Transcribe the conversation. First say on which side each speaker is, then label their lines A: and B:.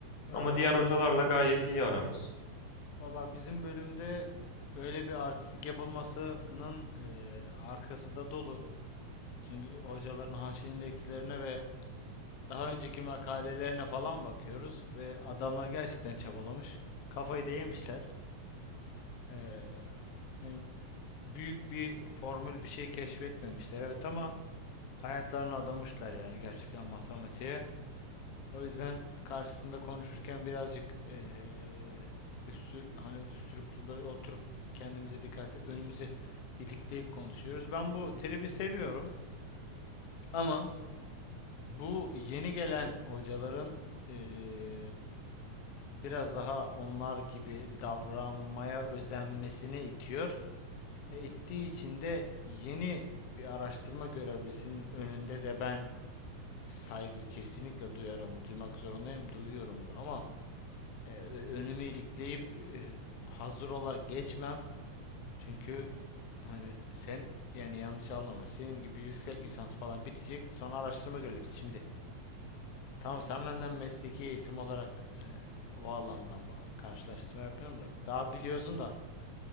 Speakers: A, on the left; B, on the left.
A: Ya
B: Ama
A: bi-
B: diğer hocalarla gayet iyi aramız.
A: valla bizim bölümde öyle bir artistik yapılmasının e, arkası da dolu. Çünkü hocaların haşin eksilerine ve Daha önceki makalelerine falan bakıyoruz ve adamlar gerçekten çabalamış. Kafayı da yemişler. Ee, yani büyük bir formül bir şey keşfetmemişler. Evet ama hayatlarını adamışlar yani gerçekten matematiğe. O yüzden karşısında konuşurken birazcık ee, üstü hani düsturuplu böyle oturup kendimize dikkat önümüze ilikleyip konuşuyoruz. Ben bu tribi seviyorum ama bu yeni gelen hocaların eee, biraz daha onlar gibi davranmaya özenmesine itiyor. E, ittiği için de yeni bir araştırma görevlisinin önünde de ben saygı kesinlikle duyarım, duymak zorundayım, duyuyorum da ama e, ö- önümü ilikleyip e, hazır ola geçmem. Çünkü hani sen yani yanlış anlama senin gibi yüksek lisans falan bitecek sonra araştırma görevlisi şimdi. Tamam sen benden mesleki eğitim olarak eee o alandan ba- karşılaştırma yapmıyorum da daha biliyorsun da